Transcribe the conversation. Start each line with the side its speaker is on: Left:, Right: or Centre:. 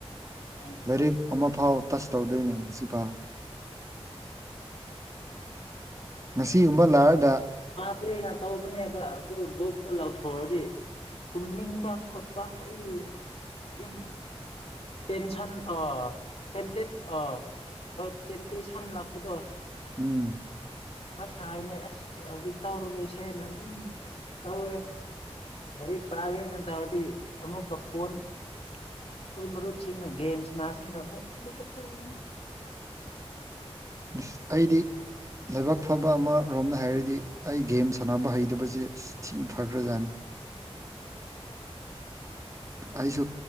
Left: ꯎꯝ
Right: ꯂꯥꯏꯔꯤꯛ ꯑꯃꯐꯥꯎ ꯇꯁ ꯇꯧꯗ꯭ꯔꯤꯅꯦ ꯉꯁꯤꯐꯥꯎ ꯉꯁꯤꯒꯨꯝꯕ ꯂꯥꯛꯑꯒ
Left: ꯀꯨꯢꯅ ꯇꯧꯕꯅꯦꯕ ꯑꯗꯨ ꯕꯨꯛꯇꯨ ꯂꯧꯊꯣꯛꯑꯗꯤ ꯇꯨꯝꯅꯤꯡꯕ ꯈꯣꯠꯄ ꯀꯩ ꯌꯥꯝ ꯇꯦꯟꯁꯟ ꯑ ꯇꯦꯟꯇꯦꯠ ꯑ ꯍꯣꯏ ꯇꯦꯟꯇꯦꯁꯟ ꯂꯥꯛꯄꯗꯣ
Right: ꯎꯝ
Left: ꯑꯁ ꯍꯥꯏꯅꯦ ꯑꯁ ꯍꯧꯖꯤꯛ ꯇꯧꯔꯨꯔꯁꯦꯅ ꯑꯗꯨꯝ ꯇꯧꯋꯦ ꯂꯥꯏꯔꯤꯛ ꯄꯥꯒꯦꯅ ꯇꯧꯔꯗꯤ ꯑꯃꯨꯛꯀ ꯐꯣꯟ ꯑꯩꯈꯣꯏ ꯃꯔꯨꯞꯁꯤꯡꯅ ꯒꯦꯝꯁ ꯁꯥꯅꯁꯦꯅ ꯑꯃꯨꯛ ꯑꯃꯨꯛꯀ ꯇꯧꯔꯤꯅꯤ
Right: ꯏꯁ ꯑꯩꯗꯤ ꯂꯥꯏꯕꯛ ꯐꯕ ꯑꯃꯔꯣꯝꯅ ꯍꯥꯏꯔꯗꯤ ꯑꯩ ꯒꯦꯝ ꯁꯥꯟꯅꯕ ꯍꯩꯇꯕꯁꯦ ꯊꯤ ꯐꯈ꯭ꯔꯖꯥꯠꯅꯤ ꯑꯩꯁꯨ